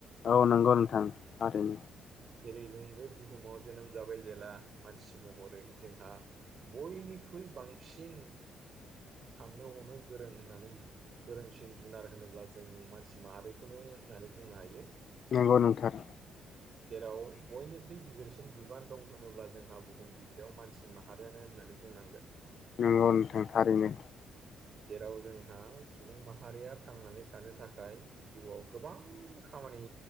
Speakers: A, on the left; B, on the right.
A: औ नोंगौ नोंथां थारैनो।
B: जेरै जों बे बुहुमाव जोनोम जाबाय जेला मानसि महरै जोंहा बयनिख्रुइ बांसिन साननो हनो गोरों होननानै गोरोंसिन जुनार होनोब्ला जों मानसि माहारिखौनो होननानै बुंनो हायो।
A: नंगौ नोंथां।
B: जेराव बयनिख्रुइ गिदिरसिन बिबान दं होनोब्ला जोंहा बुहुम बिखायाव मानसि सि माहारियानो होननानै बुंनांगोन।
A: नोंगौ नोंथां थारैनो।
B: जेराव जोंहा सुबुं माहारिया थांनानै थानो थाखाय जिउआव गोबां खामानि